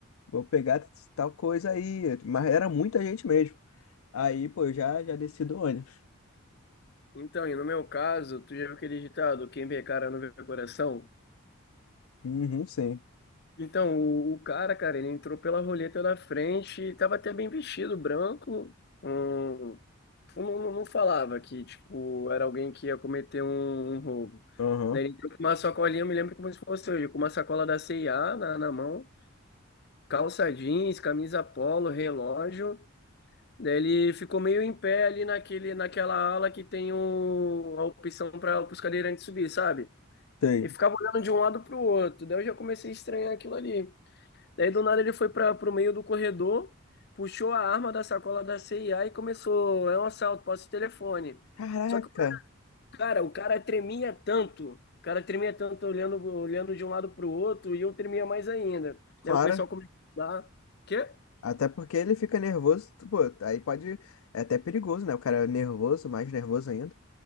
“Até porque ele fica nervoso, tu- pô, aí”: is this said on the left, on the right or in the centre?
Left